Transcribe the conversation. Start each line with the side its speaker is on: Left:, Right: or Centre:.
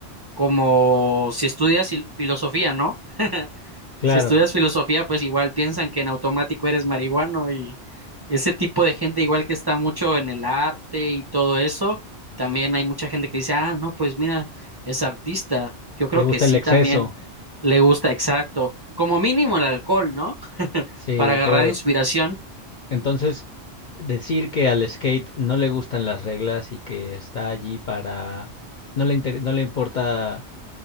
Right: como si estudias fil- filosofía, ¿no?
Left: claro.
Right: Si estudias filosofía, pues igual piensan que en automático eres marihuano y ese tipo de gente igual que está mucho en el arte y todo eso, también hay mucha gente que dice, ah, no, pues mira, es artista. Yo creo
Left: Le gusta
Right: que sí
Left: el exceso,
Right: también le gusta, exacto. Como mínimo el alcohol, ¿no?
Left: sí,
Right: Para agarrar
Left: pero
Right: inspiración.
Left: entonces decir que al skate no le gustan las reglas y que está allí para... No le inter- no le importa